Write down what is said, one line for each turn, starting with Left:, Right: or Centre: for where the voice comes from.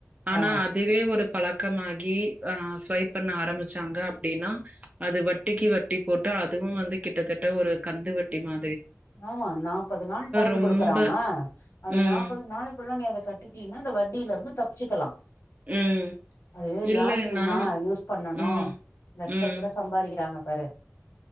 Right: ஆனா
Left: ஆ
Right: அதுவே ஒரு பழக்கமாகி ஆ ஸ்வைப் பண்ண ஆரம்பிச்சாங்க அப்பிடின்னா அது வட்டிக்கு வட்டி போட்டு அதுவு வந்து கிட்டத்தட்ட ஒரு கந்து வட்டி மா
Left: ஆமா நாப்பது நாள் டைம்
Right: ரொம்ப
Left: குடுக்குறாம அந்த
Right: ம்,
Left: நாப்பது நாள் குள்ள நீ அத கட்டடீனா இந்த வட்டியில இருந்து தப்பிச்சுக்கலா
Right: ம்.
Left: அது
Right: இல்லைன்னா
Left: யார் தெரியுமா யூஸ் பண்ணனு
Right: ம்,
Left: லட்சத்துல
Right: ம்.
Left: சம்பாரிக்கிறாங்க பர